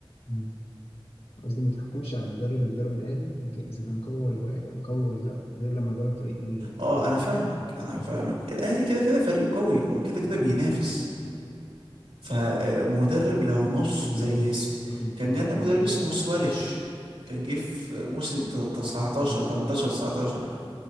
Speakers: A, on the left (about 85°); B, on the right (about 85°).
A: مم. قصدي ما تحكمش على المدرب اللي بيدرب الاهلي اذا كان قوي ولا واقع قوي ولا لا غير لما يدرب فريق تاني غير الاهلي
B: اه انا فاهمك انا فاهمك الاهلي كده كده فريق قوي وكده كده بينافس
A: مم.
B: فمدرب لو
A: مم.
B: نص
A: اي
B: زي
A: لعيب هي-
B: س-
A: ياخد
B: كان
A: بطولات
B: جالنا
A: اي
B: مدرب
A: لعيب
B: اسمه سواريش
A: مم.
B: كان جه في موسم ت- 19
A: اه
B: 18
A: طبعا
B: 19